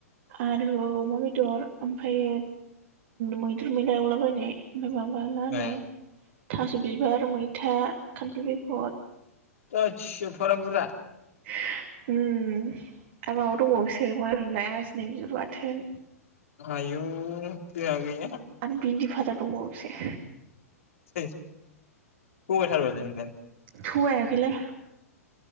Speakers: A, on the right; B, on the left.
A: आलु अमा बेदर ओमफ्रायो मैदुर मैला एवला बायनाय ओमफ्राय माबा मा होनो
B: ए
A: थास' बिबार मैथा खानथाल बेगद
B: <unintelligible> एफाग्राब बुरजा
A: <unintelligible> आरो माबा दंबावोसो मा होनो मोनलाया आजिनाय बिबार बाथोन
B: आयौ जोंहा गैया
A: आरो बिन्दि भाजा दंबावोसो
B: थोदस थगायथारबायलै नोंदेन
A: थगायाखैलै